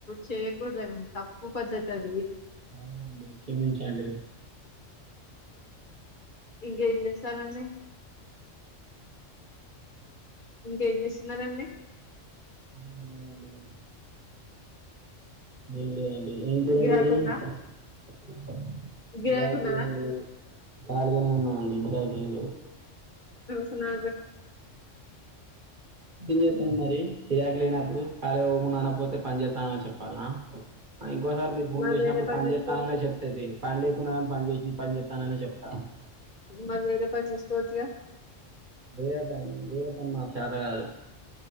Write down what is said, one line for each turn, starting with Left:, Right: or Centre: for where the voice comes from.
Left: చేయకూడదు తప్పు పద్ధతి అది
Right: సరే అండి క్షమించండి
Left: ఇంకేం చేస్తారండి ఇంకేం చేస్తున్నారంండి
Right: ఏం లేదు అండి ఏం లేదు అండి ఏం కూర
Left: గిరాకుందా
Right: మీరు <unintelligible>
Left: గిరాకున్నదా
Right: ఖాళీగానే ఉన్నామంటే ఇప్పుడైతే ఏం లేదు.
Left: స్తునా
Right: ప చేస్తాంది మరి ఫిరాయాకు లేనప్పుడు ఖాళీ పోవకుండా అన్న పోతే పని చేస్తానుని చెప్పాల ఇంకోసార్ మీరు ఫోన్
Left: మరి
Right: చేసినప్పుడు
Left: వేరే
Right: పని
Left: చేసుకోవచ్చుగా
Right: చేస్తాననే చెప్తేది పని లేకున్నా కాని పని చేస్త నను పనిచ చెస్తాననే చెప్తాను
Left: మరి వేరే పని చేసుకోవచ్చుగా
Right: వీరేపాని వీరప్పని మాకు చేత కాదు